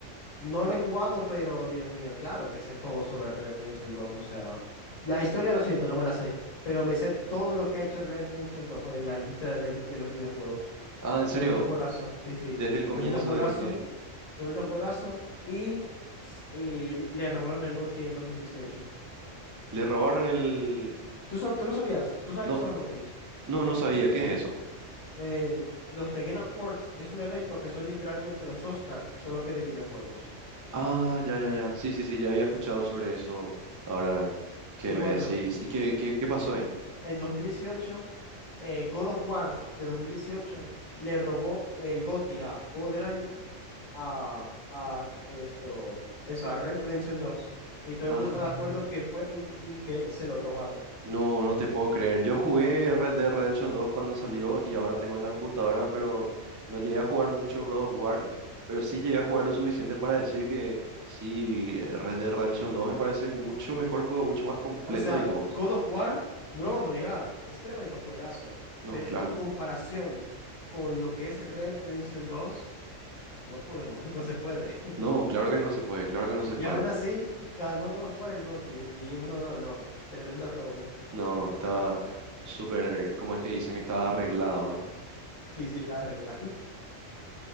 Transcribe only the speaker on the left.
No lo he jugado, pero Dios mío, claro que sé todo sobre Red Redemption dos. O sea, la historia lo siento, no me la sé, pero me sé todo lo que ha hecho Red Redemption dos en la industria del- de, los videojuegos.
Tremendo juegazo, sí, sí.
Tremendo juegazo,
tremendo juegazo. Y, s- y le robaron el GOTY en 2018.
¿Tú, sab- tú lo sabías? ¿Tú sabes
qué son los GOTYs?
Eh, los The Game Awards es un evento que son literalmente los Oscar, solo que de videojuegos.
Y
bueno.
en 2018, eh, God of War de 2018 le robó el GOTY a Juego del Año a, a esto, eso, a Red Redemption dos Y todo
el mundo está de acuerdo que fue un, un- que se lo robaron.
O sea,
God of War, no lo vamos a negar, es tremendo juegazo,
pero
es que en comparación con lo que es Red Redemption dos no podemos, <laughs> no se puede. <laughs>
Y
aún así, ganó God of War el GOTY y uno no, no, tremendo robo.
Sí, sí, está arreglado. <laughs>